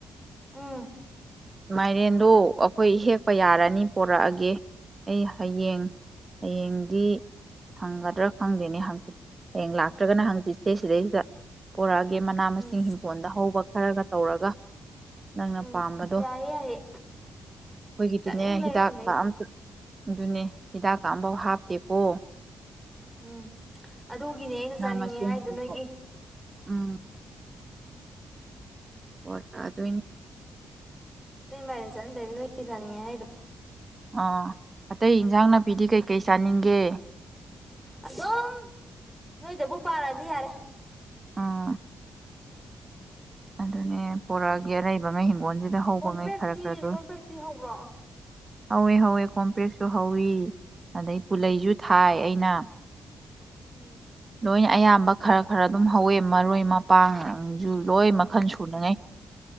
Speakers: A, in the centre; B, on the right.
A: ꯎꯝ
B: ꯃꯥꯏꯔꯦꯟꯗꯣ ꯑꯩꯈꯣꯏ ꯍꯦꯛꯄ ꯌꯥꯔꯅꯤ ꯄꯣꯔꯛꯑꯒꯦ ꯑꯩ ꯍꯌꯦꯡ ꯍꯌꯦꯡꯗꯤ ꯁꯪꯒꯗ꯭ꯔꯥ ꯈꯪꯗꯦꯅꯦ ꯍꯌꯦꯡ ꯂꯥꯛꯇ꯭ꯔꯒꯅ ꯍꯪꯆꯤꯠꯁꯦ ꯁꯤꯗꯩꯁꯤꯗ ꯄꯣꯔꯛꯑꯒꯦ ꯃꯅꯥ ꯃꯁꯤꯡ
A: ꯎꯝ
B: ꯍꯤꯡꯒꯣꯜꯗ ꯍꯧꯕ ꯈꯔꯒ ꯇꯧꯔꯒ ꯅꯪꯅ
A: ꯎꯝ
B: ꯄꯥꯝꯕꯗꯣ
A: ꯌꯥꯏꯌꯦ
B: ꯑꯩꯈꯣꯏꯒꯤꯗꯤꯅꯦ
A: ꯌꯥꯏꯌꯦ ꯆꯥꯅꯤꯡ ꯂꯩꯔꯝꯅꯦ
B: ꯍꯤꯗꯥꯛ ꯀꯥ
A: ꯑꯩ
B: ꯑ ꯑꯗꯨꯅꯦ ꯍꯤꯗꯥꯛ ꯀ ꯑꯃꯐꯧ ꯍꯥꯞꯇꯦꯕꯣ
A: ꯎꯝ ꯑꯗꯨꯒꯤꯅꯦ ꯑꯩꯅ ꯆꯥꯅꯤꯡꯉꯦ
B: ꯃꯁꯤꯡꯕꯨ
A: ꯍꯥꯏꯗ ꯅꯣꯏꯒꯤ
B: ꯎꯝ <unintelligible> ꯑꯗꯅꯤ
A: ꯑꯇꯩ ꯃꯥꯏꯔꯦꯟ ꯆꯅꯤꯡꯗꯦ ꯅꯣꯏꯒꯤ ꯆꯅꯤꯡꯉꯦ ꯍꯥꯏꯗꯣ
B: ꯑꯥ ꯑꯇꯩ ꯏꯟꯁꯥꯡ ꯅꯥꯄꯤꯗꯤ ꯀꯩꯀꯩ ꯆꯥꯅꯤꯡꯒꯦ
A: ꯑꯗꯨꯝ ꯅꯣꯏꯗꯕꯨ ꯄꯥꯜꯂꯗꯤ ꯌꯥꯔꯦ
B: ꯑꯥ ꯑꯗꯨꯅꯦ ꯄꯣꯔꯛꯒꯤ ꯑꯔꯩꯕꯉꯩ ꯍꯤꯡꯒꯣꯜꯁꯤꯗ ꯍꯧꯕ
A: ꯀꯣꯝꯄ꯭ꯔꯦꯛꯇꯤ
B: ꯉꯩ ꯈꯔ ꯈꯔ ꯗꯨꯝ
A: ꯀꯣꯝꯄ꯭ꯔꯦꯛꯇꯤ ꯍꯧꯕ꯭ꯔꯣ
B: ꯍꯧꯋꯦ ꯍꯧꯋꯦ ꯀꯣꯝꯄ꯭ꯔꯦꯛꯁꯨ ꯍꯧꯋꯤ ꯑꯗꯩ ꯄꯨꯂꯩꯁꯨ ꯊꯥꯏ ꯑꯩꯅ
A: ꯎꯝ
B: ꯂꯣꯏꯅ ꯑꯌꯥꯝꯕ ꯈꯔ ꯈꯔ ꯑꯗꯨꯝ ꯍꯧꯋꯦ ꯃꯔꯣꯏ ꯃꯄꯥꯡ ꯖꯨ ꯂꯣꯏ ꯃꯈꯜ ꯁꯨꯅꯉꯩ